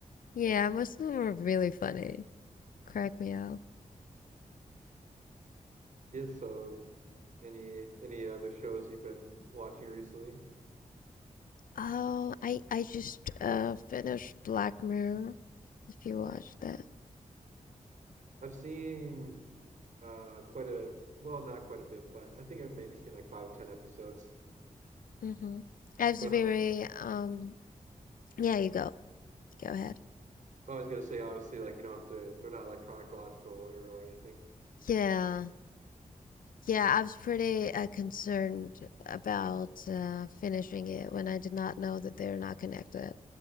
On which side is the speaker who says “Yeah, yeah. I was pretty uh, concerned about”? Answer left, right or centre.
Left